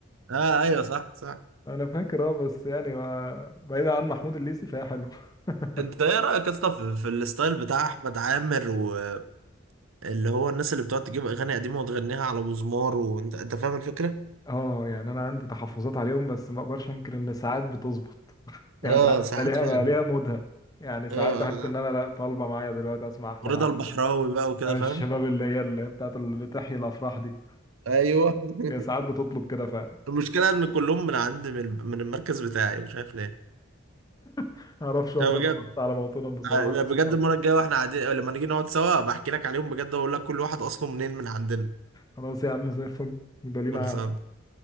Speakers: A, on the right; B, on the left.
A: اه ايوه صح صح
B: انا فاكر اه بس يعني ما- بعيدا عن محمود الليثي فهي حلو <laughs>
A: انت ايه رايك يا اسطى في في الستايل بتاع احمد عامر واللي هو الناس اللي بتقعد تجيب اغاني قديمه وتغنيها على مزمار وانت انت فاهم الفكره
B: اه يعني انا عندي تحفظات عليهم بس ما اقدرش انكر ان ساعات بتظبط يعني
A: اه
B: ساعات
A: ساعات
B: بقى ليها
A: فعلا
B: بقى ليها مودها يعني ساعات
A: اه اه
B: احس ان
A: آه.
B: انا لا طالبه معايا دلوقتي اسمع احمد
A: ورضا
B: عامر
A: البحراوي بقى وكده
B: أنا
A: فاهم
B: الشباب اللي هي اللي بتاعت اللي بتحيي الافراح دي
A: ايوه <laughs>
B: هي ساعات بتطلب كده فعلا
A: المشكلة إن كلهم من عند من من المركز بتاعي مش عارف ليه
B: <laughs> معرفش عمري
A: لا بجد
B: ما ظبطت على موطنهم بصراحه
A: لا
B: بس
A: بجد المرة الجاية واحنا قاعدين لما نيجي نقعد سوا بحكي لك عليهم بجد وأقول لك كل واحد أصله منين من عندنا
B: خلاص يا عم زي الفل يبقى لينا
A: خلصان
B: قعده